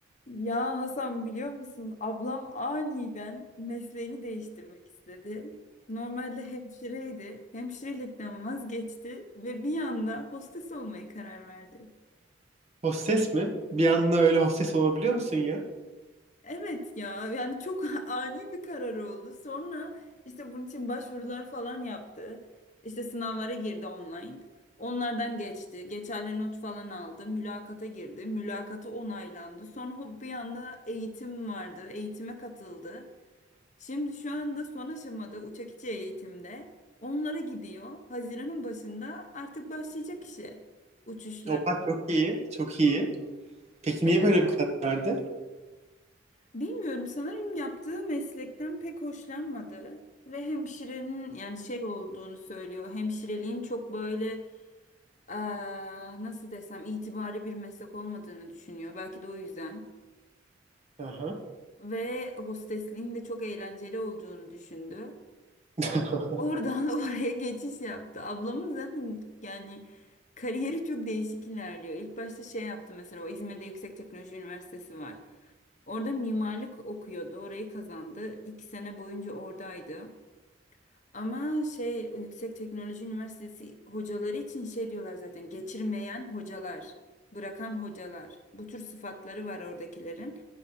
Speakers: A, on the left (about 40°); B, on the right (about 35°).
A: Ya Hasan biliyor musun? Ablam aniden mesleğini değiştirmek istedi. Normalde hemşireydi. Hemşirelikten vazgeçti ve bir anda hostes olmaya karar verdi.
B: Hostes mi? Bir anda öyle hostes olabiliyor musun ya?
A: Evet ya yani çok <laughs> ani bir karar oldu. Sonra işte bunun için başvurular falan yaptı. İşte sınavlara girdi online. Onlardan geçti. Geçerli not falan aldı. Mülakata girdi. Mülakatı onaylandı. Sonra hop bir anda eğitim vardı. Eğitime katıldı. Şimdi şu anda son aşamada uçak içi eğitimde onlara gidiyor. Haziran'ın başında artık başlayacak işe uçuşlar.
B: Oha çok iyi, çok iyi. Peki
A: Evet,
B: niye böyle bir karar verdi?
A: bilmiyorum sanırım yaptığı meslekten pek hoşlanmadı ve hemşirenin yani şey olduğunu söylüyor. Hemşireliğin çok böyle eee, nasıl desem itibarlı bir meslek olmadığını düşünüyor. Belki de o yüzden.
B: Aha.
A: Ve hostesliğin de çok eğlenceli olduğunu düşündü.
B: <laughs>
A: Oradan <laughs> oraya geçiş yaptı. Ablamın zaten yani kariyeri çok değişik ilerliyor. İlk başta şey yaptı mesela o İzmir'de Yüksek Teknoloji Üniversitesi var. Orada mimarlık okuyordu. Orayı kazandı. İki sene boyunca oradaydı. Ama şey Yüksek Teknoloji Üniversitesi hocaları için şey diyorlar zaten geçirmeyen hocalar, bırakan hocalar. Bu tür sıfatları var oradakilerin.